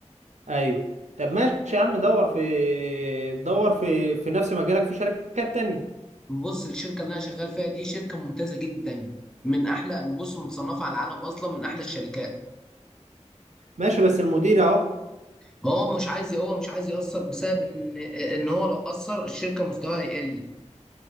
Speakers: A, on the right (about 80°); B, in the centre.
A: ايوه طب ماشي يا عم دور في دور في في نفس مجالك في شركات تانية
B: بص الشركه اللي انا شغال فيها دي شركه ممتازه جدا من احلى بص متصنفه على العالم اصلا من احلى الشركات
A: ماشي بس المدير اهو
B: ما هو مش عايز هو مش عايز ياثر بسبب ان ان هو لو اثر الشركه مستواها يقل